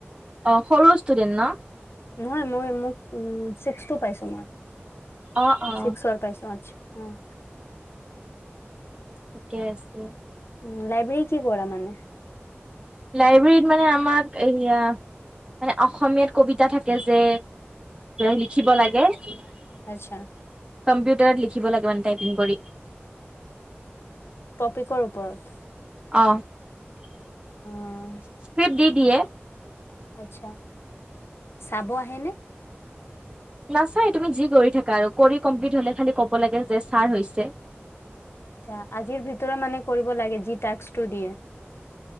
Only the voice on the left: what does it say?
নহয় মই মোক উম, ছিক্সটো পাইছো মই।
ছিক্সৰ পাইছ, অহ, আচ্ছা। উম।
উম, লাইব্ৰেৰী কি কৰা মানে?
আচ্ছা
টপিকৰ ওপৰত।
অ',
আচ্ছা চাব আহ আহেনে?
আচ্ছা আজিৰ ভিতৰত মানে কৰিব লাগে যি ট ট টাস্কটো দিয়ে।